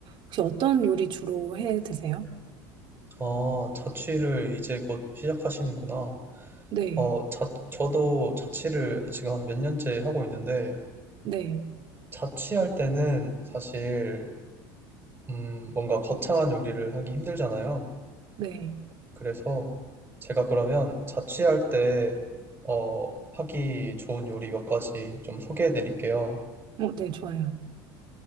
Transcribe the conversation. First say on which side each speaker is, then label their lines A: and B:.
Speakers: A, on the right; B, on the right.
A: 혹시 어떤 요리 주로 해 드세요?
B: 아, 자취를 이제 곧 시작하시는구나.
A: 네,
B: 어, 자, 저도 자취를 지금 한 몇 년째 하고 있는데,
A: 네,
B: 자취할 때는 사실, 음, 뭔가 거창한 요리를 하기 힘들잖아요.
A: 네.
B: 그래서 제가 그러면 자취할 때, 어, 하기 좋은 요리 몇 가지 좀 소개해 드릴게요.
A: 어, 네, 좋아요.